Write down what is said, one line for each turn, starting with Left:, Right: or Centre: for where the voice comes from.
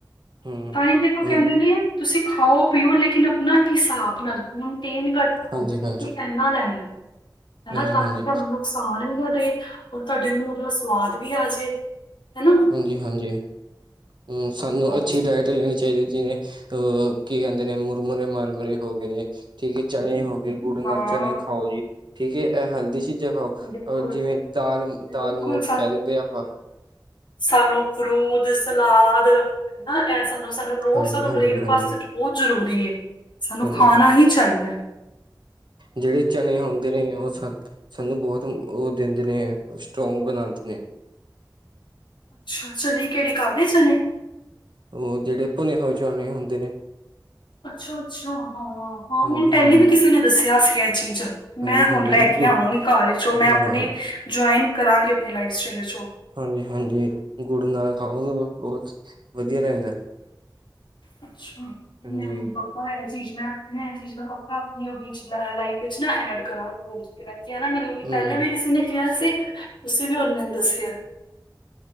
Right: ਹਮ
Left: ਤਾਂਹੀ ਦੇਖੋ
Right: ਹੁਣ
Left: ਕਹਿੰਦੇ ਨੇ ਤੁਸੀਂ ਖਾਓ ਪੀਓ ਲੇਕਿਨ ਆਪਨਾ ਹਿਸਾਬ ਨਾਲ, ਹੁਨ <unintelligible> ਤੁਸੀ ਕਹੋਗੇ
Right: ਹਾਂਜੀ
Left: ਤੁਸੀਂ
Right: ਹਾਂਜੀ
Left: ਏਨਾ ਲੈਨਾ, ਹੈਨਾ
Right: ਹਾਂਜੀ
Left: ਤਾਂ
Right: ਹਾਂਜੀ
Left: ਕਿ ਤਹਾਨੂੰ ਨੁਕਸਾਨ ਵੀ ਘਟੇ ਔਰ ਤੁਹਾਡੇ ਮੂੰਹ ਦਾ ਸਵਾਦ ਵੀ ਆ ਜੇ ਹਨਾ?
Right: ਹਾਂਜੀ-ਹਾਂਜੀ, ਹੂੰ, ਸਾਨੂੰ
Left: ਹਾਂਜੀ
Right: ਅੱਛੀ ਡਾਇਟ ਲੈਨੀ ਚਾਹੀਦੀ ਜਿਵੇਂ ਅਹ ਕੀ ਕਹਿੰਦੇ ਨੇ ਮੁਰਮੁਰੇ ਮਾਰਮਰੇ ਹੋ ਗਏ ਨੇ, ਠੀਕ ਐ ਚਣੇ ਹੋ ਗੇ। ਗੁਡ ਨਾਲ
Left: ਹਾਂ
Right: ਚਣੇ ਖਾਓ ਜੀ, ਠੀਕ ਏ, ਐ ਹੈਲਦੀ ਚੀਜ਼ਾਂ ਚੀਜ਼ਾਂ ਖਾਓ,
Left: ਬਿਲਕੁਲ,
Right: ਅਹ ਜਿਵੇਂ ਦਾਲ ਦਾਲ
Left: ਬਿਲਕੁਲ
Right: ਮੋਠ ਕਹਿ ਦੇਂਦੇ ਆਪਾਂ।
Left: ਸਾਨੂੰ ਫਰੂਟ ਤੇ ਸਲਾਦ ਹੈਨਾ, ਐ ਸਾਨੂੰ, ਸਾਨੂੰ ਰੋਜ਼
Right: ਹਾਂਜੀ
Left: ਸਾਨੂੰ
Right: ਹਾਂਜੀ
Left: ਬ੍ਰੇਕਫਾਸਟ
Right: ਹਾਂਜੀ
Left: ਚ ਬੋਤ ਜ਼ਰੂਰੀ ਏ। ਸਾਨੂੰ
Right: ਹਾਂਜੀ
Left: ਖਾਣਾ
Right: ਹਾਂਜੀ
Left: ਹੀ ਚਾਹੀਦਾ ਐ।
Right: ਜਿਹੜੇ ਚਨੇ ਹੁੰਦੇ ਨੇ ਓ ਸ ਸਾਨੂੰ ਬੋਤ ਉਹ ਦਿੰਦੇ ਨੇ, ਸਟਰੋਂਗ ਬਨਾਂਦੇ ਨੇ।
Left: ਅੱਛਾ ਚਨੇ, ਕੇੜੇ ਕਾਬਲੇ ਚਨੇ?
Right: ਉਹ ਜਿਹੜੇ ਭੁਨੇ ਹੋਏ ਚਨੇ ਹੋਂਦੇ ਨੇ।
Left: ਅੱਛਾ-ਅੱਛਾ, ਹਾਂ-ਹਾਂ,
Right: ਹਾਂਜੀ
Left: ਮੈਨੂੰ ਪਹਿਲੀ
Right: ਹਾਂਜੀ
Left: ਵੀ ਕਿਸੇ ਨੇ ਦੱਸਿਆ ਸੀ ਇਹ ਚੀਜ਼
Right: ਹਾਂਜੀ
Left: ਮੈਂ
Right: ਹਾਂਜੀ
Left: ਹੁਣ ਲੈ ਕੇ
Right: ਗੁ
Left: ਆਵਾਂਗੀ ਘਰ ਚੋਂ ਮੈਂ
Right: ਹਾਂ
Left: ਆਪਣੇ ਜੁਆਇਨ ਕਰਾਂਗੀ ਆਪਣੀ ਲਾਈਫ ਸਟਾਈਲ ਚੋਂ।
Right: ਹਾਂਜੀ-ਹਾਂਜੀ, ਗੁੜ ਨਾਲ ਖਾਉ ਸਗੋਂ ਬਹੁਤ ਵਧੀਆ ਰਹਿੰਦਾ।
Left: ਅੱਛਾ,
Right: ਹਾਂਜੀ
Left: ਮਨੈਂ ਹੁਣਦਾ ਹੁਨ ਇਹ ਚੀਜ਼ ਮੈਂ, ਇਹ ਚੀਜ਼ ਮੈਂ ਪੱਕਾ ਆਪਨੀ ਓਦੇ ਚ, ਅ ਲਾਈਫ ਚ ਨਾ ਐਡ ਕਰਾਂ ਰੋਜ। ਕਿੈਂ ਕਿਹਾ ਨਾ ਮੈਨੂੰ
Right: ਹਮ
Left: ਪਹਿਲਾਂ ਵੀ ਕਿਸੇ ਨੇ ਕਿਹਾ ਸੀ ਤੁਸੀਂ ਵੀ ਹੋਰ ਮੈਨੂੰ ਦੱਸਿਆ।